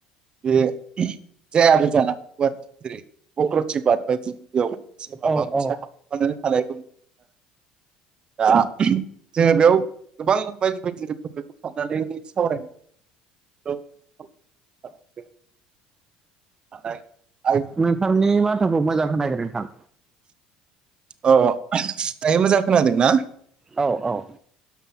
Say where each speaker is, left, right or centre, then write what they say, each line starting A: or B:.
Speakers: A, on the right; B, on the right.
A: बे जायाबो जानो हागौ जेरै कक्रति बाद बायदि बेयाव एसे माबा
B: औ
A: मोनसे
B: औ
A: हाबखुमानानै थानायखौ दा जोङो बेयाव गोबां बायदि बायदि रोखोम बेखौ हाबनानै सावरायनो <inaudible> हानाय आइ
B: नोंथांनि बाथ्राखौ मोजां खोनायाखै नोंथां।
A: अ दायो मोजां खोनादों ना?
B: औ औ